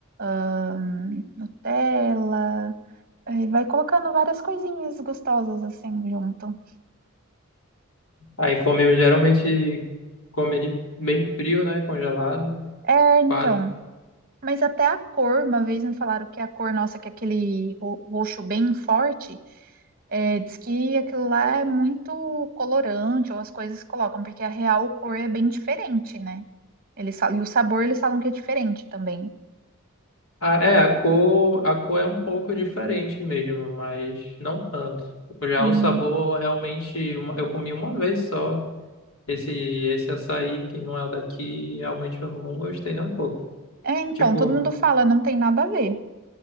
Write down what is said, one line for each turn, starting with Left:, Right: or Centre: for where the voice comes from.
Right: hum, Nutella, aí vai colocando várias coisinhas gostosas assim junto.
Left: Aí come, geralmente come ele bem frio, né? Congelado,
Right: É, então.
Left: quase.
Right: Mas até a cor, uma vez me falaram que a cor nossa, que é aquele ro- roxo bem forte, é, diz que aquilo lá é muito colorante, ou as coisas colocam, porque a real cor é bem diferente, né? Eles falam, e o sabor eles falam que é diferente também.
Left: Ah, é, a cor, a cor é um pouco diferente mesmo, mas não tanto. Já
Right: Hum.
Left: o sabor, realmente, uma- eu comi uma vez só. Esse, esse açaí que não é o daqui, realmente eu não gostei nem um pouco.
Right: É, então,
Left: Tipo,
Right: todo mundo fala, não tem nada a ver.